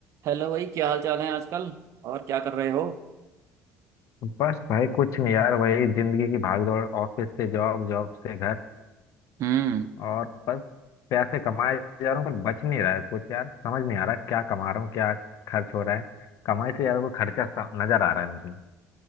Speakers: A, on the right; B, on the left.
A: हेलो भाई क्या हाल चाल है आजकल और क्या कर रहे हो
B: बस भाई कुछ नहीं यार वही जिंदगी की भागदौड़ ऑफिस से जॉब जॉब से घर
A: हम्म
B: और बस पैसे कमाए जा रहा हूँ पर बच नहीं रहा है कुछ यार समझ नहीं आ रहा क्या कमा रहा हूँ क्या खर्च हो रहा है कमाई से यार वो खर्चा सा- नजर आ रहा है मुझे